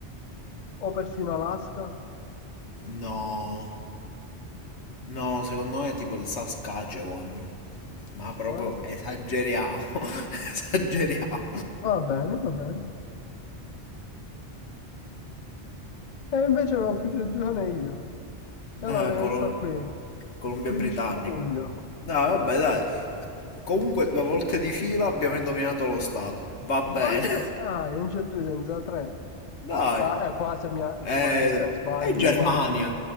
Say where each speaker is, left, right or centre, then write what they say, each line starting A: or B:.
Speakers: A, on the left; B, on the left.
A: o persino Alaska,
B: No, no, secondo me è tipo il Saskatchewan. Ma proprio
A: eh?
B: esageriamo, <laughs> esageriamo.
A: Va bene, va bene. E invece avevo più regione io, e
B: Eh,
A: allora
B: Colo-
A: ho messo qui,
B: Columbia
A: British
B: Britannica.
A: Columbia,
B: No, vabbè, dai. Comunque due volte di fila abbiamo indovinato lo stato. Va bene.
A: almeno, ah, non c'è due senza tre.
B: <laughs> Dai.
A: Ah, eh, qua se mi, qua
B: Eh,
A: se me
B: dai.
A: lo sbagli,
B: È Germania.
A: guarda,